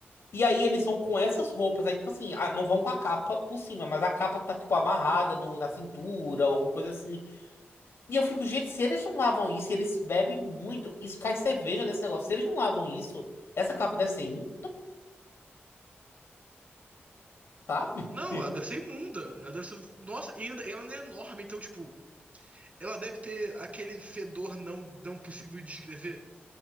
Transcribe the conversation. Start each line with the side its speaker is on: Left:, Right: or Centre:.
Left: E aí eles vão com essas roupas. Aí, tipo assim, ah, não vão com a capa por cima, mas a capa tá, tipo, amarrada no, na cintura, ou alguma coisa assim. E eu fico, gente, se eles não lavam isso, eles bebem muito, isso cai cerveja nesse negócio. Se eles não lavam isso, essa capa deve ser imunda, sabe?
Right: Não,
Left: <laughs>
Right: ela deve ser imunda. Ela deve ser. Nossa, e ainda, ela ainda é enorme, então, tipo, ela deve ter aquele fedor não, não possível de descrever,